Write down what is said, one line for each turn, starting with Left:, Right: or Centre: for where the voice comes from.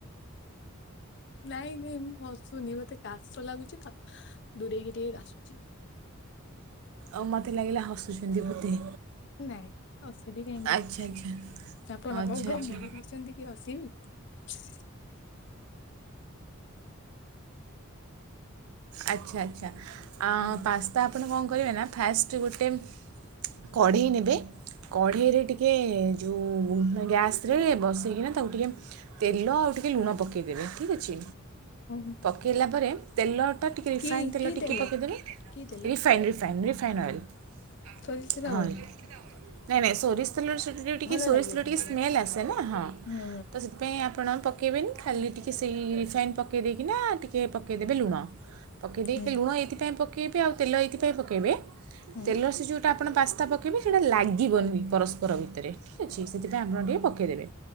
Left: ନାଇଁ ନାଇଁ ମୁଁ ହସୁନି ମତେ କାଶ ଲାଗୁଛି ତ ଦୂରେଇକି ଟିକେ ଆସୁଛି।
Right: ଆଉ ମୋତେ ଲାଗିଲା ହସୁଛନ୍ତି ବୋଧେ।
Left: ନାଇଁ ହସିବି କାହିଁକି
Right: ଆଚ୍ଛା ଆଚ୍ଛା
Left: ଆପଣ
Right: ଆଚ୍ଛା
Left: କଣ କମେଡି
Right: ଆଚ୍ଛା
Left: କରିଛନ୍ତି କି ହସିବି। <inaudible>
Right: ଆଚ୍ଛା ଆଚ୍ଛା ଅଁ
Left: ହୁଁ
Right: ପା ତା ଆପଣ କଣ କରିବେ ନା ଫାଷ୍ଟ ଗୋଟେ କଢ଼େଇ ନେବେ। କଢ଼େଇରେ ଟିକେ ଉଁ ଗ୍ୟାସ୍ ରେ ବସେଇକିନା ତାକୁ ଟିକେ ତେଲ ଆଉ ଟିକେ ଲୁଣ ପକେଇ କେଇ ଦେବେ ଠିକ ଅଛି
Left: ହଁ।
Right: ପକେଇଲା ପରେ ତେଲ ତ ଟିକେ ରିଫାଇନ
Left: କି
Right: ତେଲ
Left: କି
Right: ଟିକେ ପକେଇଦେବେ।
Left: କି ତେଲ
Right: ରିଫାଇନ ରିଫାଇନ ରିଫାଇନ ଅଏଲ।
Left: ସୋରିଷ ତେଲ ହବନି
Right: ନାଇଁ ନାଇଁ ସୋରିଷ ତେଲର ସେ ଟିକେ
Left: ଭଲ
Right: ସୋରିଷ
Left: ଲାଗିବନି
Right: ତେଲର ଟିକେ
Left: ବୋଧେ
Right: ସ୍ମେଲ୍ ଆସେ ନା ହଁ
Left: ହୁଁ
Right: ତ ସେ ପାଇଁ ଆପଣ ପକେଇବେନି ଖାଲି ଟିକେ ସେଇ ରିଫାଇନ୍ ପକେଇ ଦେଇକିନା ଟିକିେ ପକେଇଦେବେ ଲୁଣ। ପକେଇ ଦେଇକି
Left: ହୁଁ
Right: ଲୁଣ ଏଇଥିପାଇଁ ପକେଇବେ ଆଉ ତେଲ ଏଇଥିପାଇଁ ପକେଇବେ
Left: ହୁଁ
Right: ତେଲ ସେ ଯଉ ତା ଆପଣ ପାସ୍ତା ପକେଇବେ ସେଇଟା ଲାଗିବନି
Left: ହୁଁ
Right: ପରସ୍ପର ଭିତରେ ଠିକ ଅଛି ସେଥିପାଇଁ ଆପଣ ଟିକେ ପକେଇଦେବେ।